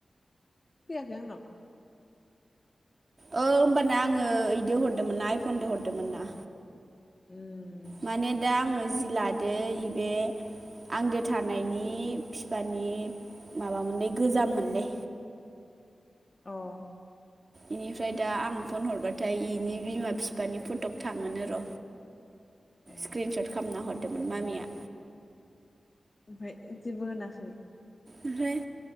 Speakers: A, on the left; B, on the right.
A: फैयाखै आंनाव।
B: ओ होमबाना आङो ओइदो हरदोमोनना आइफनदो हरदोमोनना।
A: उम
B: माने दा आङो जि लादो इबे आंदो थानायनि फिफानि माबा मोनलै गोजाम मोनलै।
A: अह।
B: इनिफ्राय दा आं फ'न हरबाथाय इनि बिमा फिफानि फट'क थाङो नोर'।
A: ए
B: स्क्रिनसट खामना हद मामिया।
A: ओमफाय जेबो होनाखै?
B: ओमफ्राय